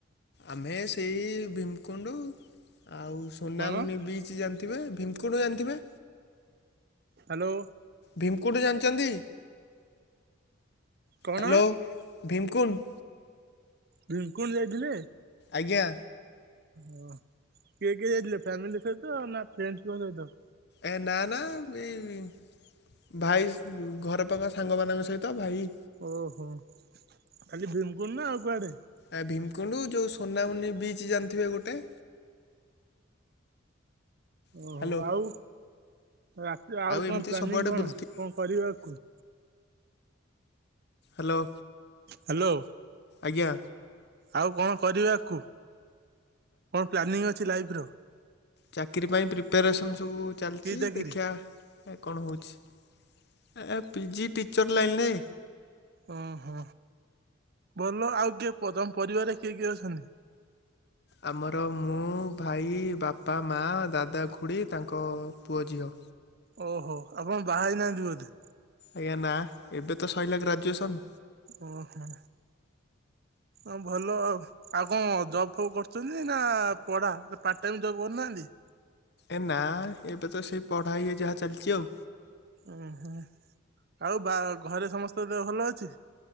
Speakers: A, on the left (about 55°); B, on the right (about 50°).
A: ଆମେ ସେଇ ଭୀମକୁଣ୍ଡୁ ଆଉ ସୋନାମୁନି
B: କଣ
A: ବିଚ୍ ଯାଣି ଥିବେ ଭୀମକୁଣ୍ଡୁଯାଣିଥିବେ?
B: ହାଲୋ।
A: ଭୀମକୁଣ୍ଡୁ ଜାଣିଛନ୍ତି
B: କଣ
A: ହାଲୋ। ଭିମ୍ କୁଣ୍ଡୁ।
B: ଭିମ୍ କୁଣ୍ଡୁ ଯାଇଥିଲେ?
A: ଆଜ୍ଞା।
B: ଓଁ କିଏ କିଏ ଯାଇଥିଲେ ଫ୍ୟାମିଲି ସହିତ ନାଁ ଫ୍ରେଣ୍ଡସ୍ ଙ୍କ ସହିତ?
A: ଏ ନାଁ ନାଁ ଏଇ ଭାଇ ଘର ପାଖ ସାଙ୍ଗମାନଙ୍କ ସହିତ ଭାଇ।
B: ଓହୋ ଖାଲି ଭୀମିକୁୁଣ୍ଡୁ ନା ଆଉ କୁଆଡେ?
A: ଆ ଭୀମିକୁଣ୍ଡୁ ଯେଉଁ ସୋନାମୁନି ବିଚ୍ ଜାଣିଥିବେ ଗୋଟେ। ହ୍ୟାଲୋ
B: ଓହୋ ଆଉ ରାତିରେ ଆଉ
A: ଏମିତି
B: କଣ ପ୍ଲାନିଂ
A: ସବୁଆଡ଼େ
B: କଣ
A: ବୁଲଥି
B: କଣ କରିବେଆକୁ?
A: ହାଲୋ।
B: ହାଲୋ।
A: ଆଜ୍ଞା।
B: ଆଉ କଣ କରିବେ ଆକୁ କଣ ପ୍ଲାନିଂ ଅଛି ଲାଇଫ୍ ର?
A: ଚାକିରୀ ପାଇଁ ପ୍ରିପାରେସନ୍ ସବୁ ଚାଲିଚି
B: କି ଚାକିରି?
A: ଦେଖିଆ ଏ କଣ ହେଉଚି ଏ ପିଜି ଟିଚର୍ ଲାଇନିରେ।
B: ଓହୋ ଭଲ ଆଉ କିଏ ତମ ପରିବାରେ କିଏ କିଏ ଅଛନ୍ତି?
A: ଆମର ମୁଁ, ଭାଇ, ବାପା, ମା, ଦାଦା, ଖୁଡ଼ି ତାଙ୍କ ପୁଅ, ଝିଅ।
B: ଓହୋ ଆପଣ ବାହା ହେଇ ନାହାନ୍ତି ବୋଧେ?
A: ଆଜ୍ଞା ନାଁ ଏବେ ତ ସଇଲା ଗ୍ରାଜୁଏସନ୍।
B: ଓହୋ ଅଁ ଭଲ ଆଉ। ଆଉ କଁ ଜ ଫଉ କରୁଚନ୍ତି ନାଁ ପଢ଼ା? ନାଁ ପାର୍ଟ ଟାଇମ୍ ଜବ୍ କରୁନାହାନ୍ତି?
A: ଏ ନାଁ ଏବେ ତ ସେଇ ପଢ଼ା ଇଏ ଯାହା ଚାଲିଚି ଆଉ।
B: ଓହୋ ଆଉ ବା ଘରେ ସମସ୍ତଙ୍କ ଦେହ ଭଲ ଅଛି?